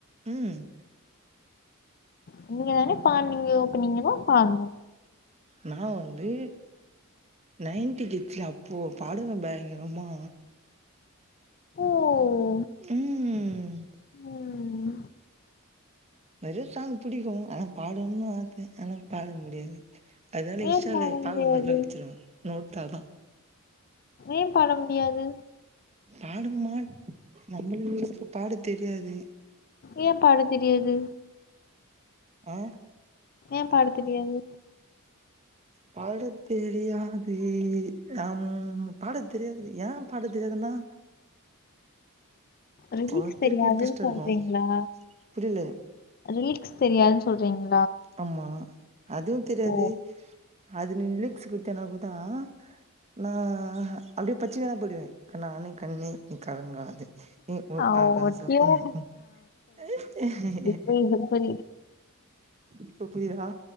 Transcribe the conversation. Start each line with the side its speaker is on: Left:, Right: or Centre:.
Right: ம்
Left: நீங்கதான பாட்னீங்க இப்போ நீங்கதான் பாட்ணு
Right: நா வந்து நைன்ட்டி கிட்ஸ்ல அப்போ பாடுவன் பயங்கரமா
Left: ஓ
Right: ம்
Left: ம்
Right: நெறைய சாங் புடிக்கும் ஆனா பாடணுன்னு ஆச ஆனா பாட முடியாது அதனால இன்ஸ்டால
Left: ஏ பாட
Right: பாக்கும்போதலா
Left: முடியாது
Right: வச்சுருவேன் நோட்டாதான்
Left: ஏன் பாட முடியாது
Right: பாடுமாட் நம்புள்க் பாட தெரியாது
Left: ஏன் பாட தெரியாது
Right: அ
Left: ஏன் பாட தெரியாது
Right: பாட தெரியாது அம் பாட தெரியாது ஏன் பாட தெரியாதுன்னா
Left: லிரிக்ஸ்
Right: ஒவ்வொருத்தருக்கு
Left: தெரியாதுன்
Right: இன்ட்ரெஸ்ட்டா
Left: சொல்றீங்ளா
Right: இருக்கு புரியல
Left: லிரிக்ஸ் தெரியாதுன் சொல்றீங்க
Right: ஆமா அதுவுந்தெரியாது
Left: ஓ
Right: அது நீ லுக்ஸ் குத்தனப்புதா நா அப்டியே பச்சினே தான் பாடுவேன் கண்ணான கண்ணே நீ கலங்காதே நீ ஓர்
Left: ஆ
Right: ஆகாசம்
Left: ஓ டியூன்
Right: ம் ம் ஏ ஏ
Left: பொய் கம்பெனி
Right: இப்ப புரிதா